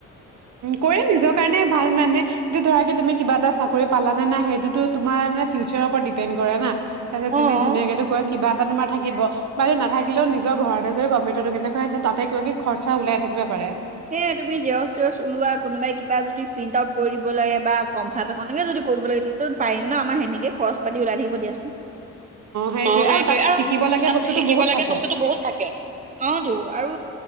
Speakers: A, on the right; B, on the right.
A: কৰিলে নিজৰ কাৰণে ভাল মানে কিন্তু ধ'ৰা তুমি কিবা এটা চাকৰি পালানে নাই সেইটোতো তোমাৰ মানে ফিউচাৰৰ ওপৰত ডিপেণ্ড কৰে না। তাৰপিছত
B: অ',
A: তুমি ধুনীয়াকে টো কৰা কিবা এটা তোমাৰ থাকিব। বাইদে নাথাকিলেও নিজৰ ঘৰতে যদি কম্পিউটাৰ দোকান এখন তাতে কিব কি খৰচা ওলাই থাকিব পাৰে।
B: সেয় তুমি জেৰচ চেৰ ওলোৱা কোনোবাই কিবা যদি প্ৰিন্ট আউট কৰি দিব লাগে বা ফৰ্মফাত এনেকে যদি কৰিব লাগে তে পাৰিম ন আমাৰ সেনেকে খৰচ পাতি ওলাই থাকিব দিয়াচোন
A: সেইটোৱে
B: অ, সেইটো
A: তাত
B: আৰু
A: শিকিব লাগে
B: তাত
A: বস্তুটো
B: শিকিব
A: বহুত
B: লাগে
A: থাকে।
B: বস্তুতটো বহুত থাকে অহ টো আৰু